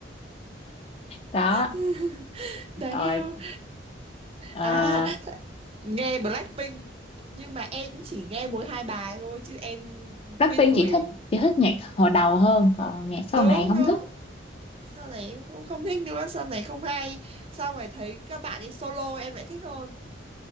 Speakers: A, on the left; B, on the right.
A: đó
B: <laughs> đáng
A: rồi
B: yêu
A: Uh,
B: à nghe Blackpink nhưng mà em cũng chỉ nghe mỗi hai bài thôi chứ em
A: Blackpink
B: cái thời
A: chị thích chị thích nhạc hồi đầu hơn còn nhạc sau
B: đúng
A: này không
B: đúng
A: thích
B: sau này em cũng không thích nữa sau này không hay sau này thấy các bạn ấy solo em lại thích hơn